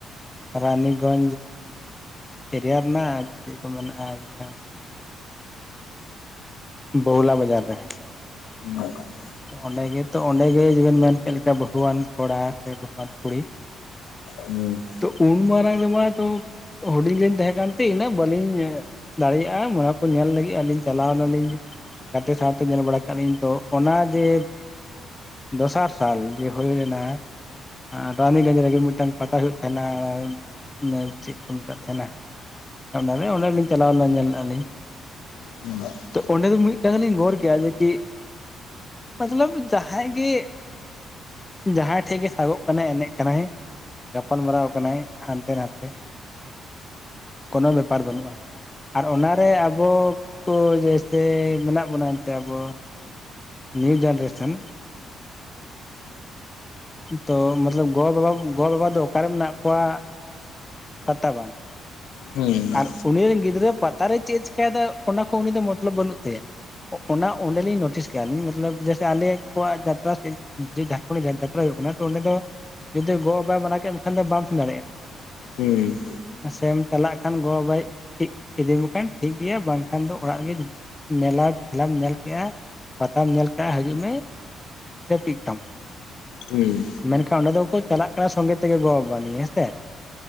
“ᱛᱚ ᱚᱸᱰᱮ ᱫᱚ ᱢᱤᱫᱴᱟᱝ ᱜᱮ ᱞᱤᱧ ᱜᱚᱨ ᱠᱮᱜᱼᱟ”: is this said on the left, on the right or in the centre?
Left